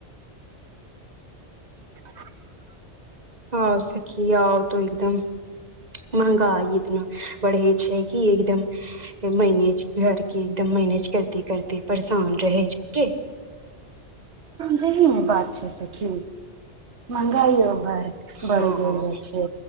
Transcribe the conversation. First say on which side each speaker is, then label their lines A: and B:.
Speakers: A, on the right; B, on the right.
A: <inaudible>
B: हँ सखी आओर तुम बताउ <unintelligible> महंगाई इतना बढ़ै छै कि एकदम मैनेज घरके एकदम मैनेज करते करते परेशान रहै छी की
A: जेही ने बात छै सखी महंगाइयो भर
B: हँ
A: बढ़ गेल
B: हँ
A: छै